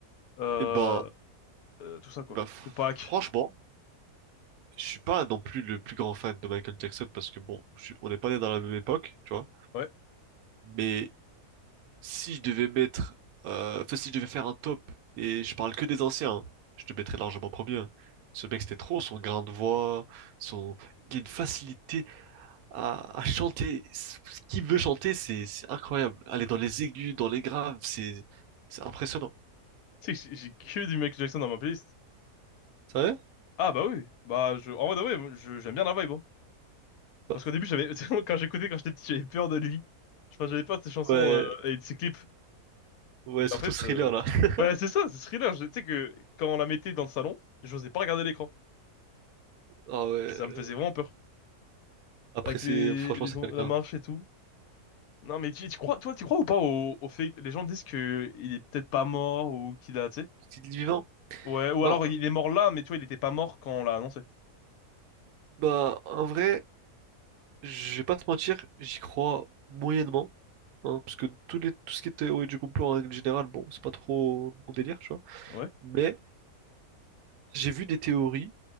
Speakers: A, on the left (about 70°); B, on the right (about 75°).
A: euh,
B: Eh ben,
A: euh, tout ça, quoi.
B: ben, franchement,
A: Tupac.
B: je suis pas non plus le plus grand fan de Michael Jackson parce que bon, je suis- on n'est pas né dans la même époque, tu vois.
A: Ouais.
B: Mais si je devais mettre, euh, enfin, si je devais faire un top et je parle que des anciens, hein, je te mettrais largement premier. hein. Ce mec c'était trop, son grain de voix, son, il a une facilité à, à chanter. Ce ce qu'il veut chanter, c'est c'est incroyable. Aller dans les aigus, dans les graves, c'est c'est impressionnant.
A: Tu sais que j'ai j'ai que du Michael Jackson dans ma playlist.
B: Ça va
A: Ah bah oui. Bah, je... En vrai, ouais, je... j'aime bien la vibe, hein.
B: Bah,
A: Parce qu'au début, j'avais... <laughs> quand j'écoutais, quand j'étais petit, j'avais peur de lui. Enfin, j'avais peur de ses chansons
B: ouais,
A: euh, et de ses clips.
B: ouais,
A: Mais
B: surtout
A: en fait...
B: thriller
A: euh,
B: là. <laughs>
A: Bah, c'est ça, c'est Thriller. Je- Tu sais que quand on la mettait dans le salon, j'osais pas regarder l'écran.
B: Ah ouais.
A: Ça me
B: euh,
A: faisait vraiment peur.
B: Après,
A: avec
B: c'est
A: les,
B: franchement,
A: les
B: c'est
A: on-
B: quelqu'un.
A: la marche et tout. Non, mais tu, tu crois, toi, tu crois ou pas au, au fait que les gens disent que il est peut-être pas mort ou qu'il a, tu sais?
B: est vivant?
A: Ouais, ou
B: Bah,
A: alors il est mort là, mais tu vois, il était pas mort quand on l'a annoncé.
B: bah, en vrai, je vais pas te mentir, j'y crois moyennement. Hein, parce que tous les, tout ce qui est théorie du complot en règle générale, bon, c'est pas trop mon délire, tu vois.
A: Ouais.
B: Mais j'ai vu des théories,